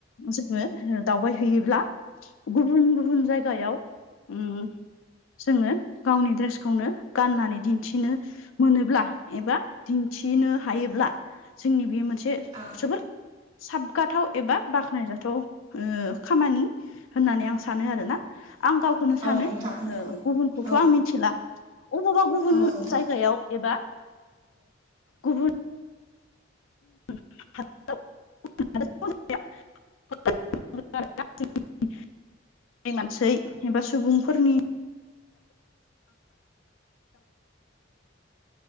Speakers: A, on the left; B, on the right.
A: जोङो दावबायहैयोब्ला गुबुन गुबुन जायगायाव उम जोङो गावनि ड्रेसखौनो गाननानै दिन्थिनो मोनोब्ला एबा दिन्थिनो हायोब्ला जोंनि बे मोनसे
B: औ
A: जोबोद साबगाथाव एबा बाख्नायजाथाव ओ खामानि। होननानै आं सानो आरोना आं गावखौनो सानो
B: औ नोंथां नंगौ
A: ओ खौथ
B: औ
A: आं मिथिला अबावबा गुबुन
B: औ नोंथां
A: जायगा सायाव एबा गुबुन <unintelligible> <unintelligible> मानसै एबा सुबुंफोरनि